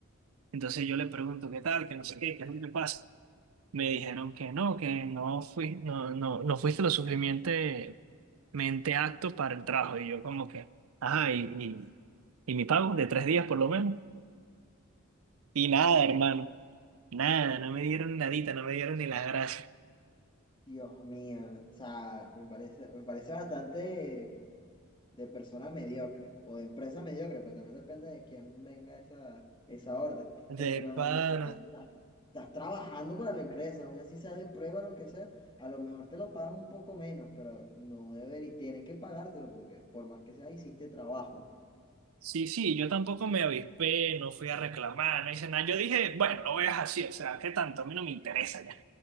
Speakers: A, on the right; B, on the left.
A: Entonces yo le pregunto, ¿qué tal? Que no sé qué, qué es lo que pasa. Me dijeron que no, que no fui, no, no, no fuiste lo suficientemente mente acto para el trabajo. Y yo como que, ajá, y, y mi pago de tres días por lo menos. Y nada, hermano, nada, no me dieron nadita, no me dieron ni las gracias.
B: Dios mío, o sea, me parece, me parece bastante. de persona mediocre o de empresa mediocre, pues también depende de quién venga esa, esa orden. Porque
A: De
B: normalmente
A: pana.
B: estás, estás trabajando para la empresa, aún así sea de prueba, lo que sea, a lo mejor te lo pagan un poco menos, pero no debería, tienen que pagártelo porque por más que sea, hiciste trabajo.
A: Sí, sí, yo tampoco me avispé, no fui a reclamar, no hice nada. Yo dije, bueno, lo veas así, o sea, ¿qué tanto? A mí no me interesa ya.